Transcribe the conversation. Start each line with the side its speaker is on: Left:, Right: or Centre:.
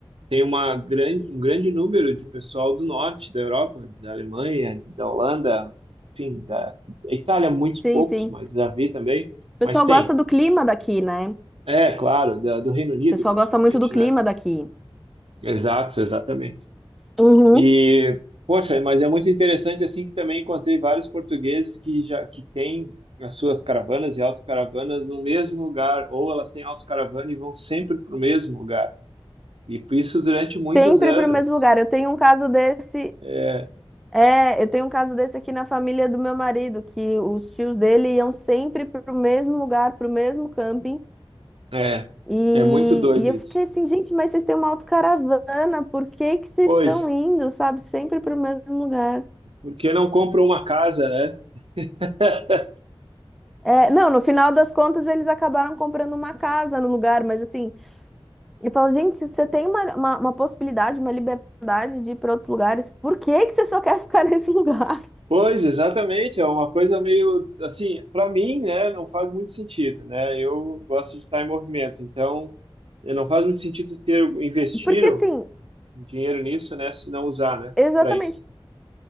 Right: tem uma grande, um grande número de pessoal do norte da Europa, da Alemanha, da Holanda, enfim, da da Itália, muitos
Centre: Sim,
Right: poucos,
Centre: sim.
Right: mas já vi também.
Centre: O pessoal
Right: Mas tem,
Centre: gosta do clima daqui, né?
Right: é claro, da, do Reino Unido
Centre: O pessoal
Right: principalmente,
Centre: gosta muito do clima
Right: né?
Centre: daqui.
Right: Exato, exatamente.
Centre: Uhum.
Right: E, poxa, mas é muito interessante assim que também encontrei vários portugueses que já que têm as suas caravanas e autocaravanas no mesmo lugar, ou elas têm autocaravana e vão sempre para o mesmo lugar. E por isso durante muitos
Centre: Sempre
Right: anos.
Centre: para o mesmo lugar. Eu tenho um caso desse,
Right: É,
Centre: é, eu tenho um caso desse aqui na família do meu marido, que os tios dele iam sempre para o mesmo lugar, para o mesmo camping.
Right: é,
Centre: E,
Right: é muito doido
Centre: e eu
Right: isso.
Centre: fiquei assim, gente, mas vocês têm uma autocaravana, por que que vocês
Right: Pois,
Centre: estão indo, sabe? Sempre para o mesmo lugar.
Right: porque não compra uma casa, né? <laughs>
Centre: É, não, no final das contas eles acabaram comprando uma casa no lugar, mas assim, eu falo, gente, se você tem uma, uma, uma possibilidade, uma liberdade de ir para outros lugares, por que que você só quer ficar <laughs> nesse lugar?
Right: Pois, exatamente, é uma coisa meio assim, para mim, né, não faz muito sentido, né? Eu gosto de estar em movimento, então eh, não faz muito sentido ter investir
Centre: Porque assim,
Right: dinheiro nisso, né? Se não usar, né?
Centre: exatamente.
Right: Para isso.